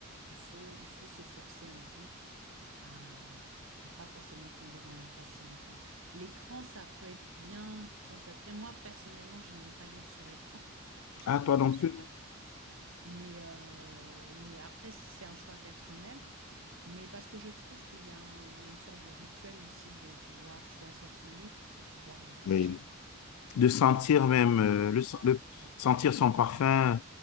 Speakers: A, on the right (about 65°); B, on the left (about 85°).
A: il faut, il faut se forcer un peu à, à pas forcément tomber dans la facilité. L'écran, ça peut être bien, sans être bien. Moi, personnellement, je n'aime pas lire sur écran. J'aime
B: Ah,
A: lire
B: toi non
A: euh, sur
B: plus?
A: papier. Mais, euh, mais après, c'est un choix personnel. Mais parce que je trouve qu'il y a un- il y a une sorte de rituel aussi de pouvoir choisir son livre, de pouvoir le toucher,
B: Oui. De sentir
A: de pouvoir,
B: même,
A: je sais
B: euh, le,
A: pas,
B: le-
A: le sentir.
B: sentir son parfum